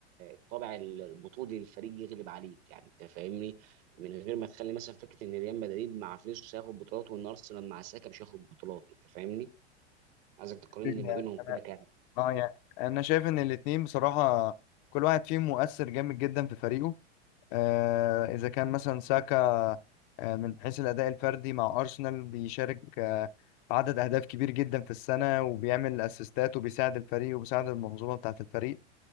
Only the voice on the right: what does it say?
الطابع البطولي للفريق يغلب عليك يعني انت فاهمني من غير ما تخلي مثلا فكره ان ريال مدريد مع فينيسيوس هياخد بطولات وان ارسنال مع ساكا مش هياخد بطولات انت فاهمني عايزك تقارن
لي ما بينهم
كده كده